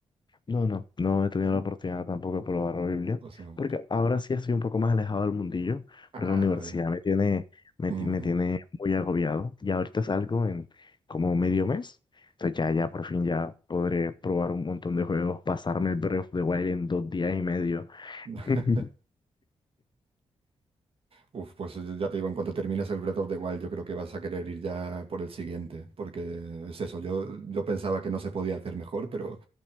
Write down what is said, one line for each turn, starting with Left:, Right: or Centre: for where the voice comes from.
Left: No, no, no he tenido
Right: ¿No?
Left: la oportunidad tampoco de probar la Biblia,
Right: O sea,
Left: porque ahora sí estoy un poco más alejado del mundillo,
Right: Ah,
Left: porque la universidad
Right: vale.
Left: me tiene, me,
Right: Mm,
Left: ti- me tiene muy agobiado. Y ahorita salgo en como medio mes, entonces ya,
Right: mm,
Left: ya por fin ya podré probar un montón de juegos, pasarme
Right: mm.
Left: el Breath of the Wild en dos días y medio.
Right: <laughs>
Left: <laughs>
Right: Uf, pues ya te digo, en cuanto termines el Breath of the Wild, yo creo que vas a querer ir ya por el siguiente, porque es eso, yo, yo pensaba que no se podía hacer mejor, pero,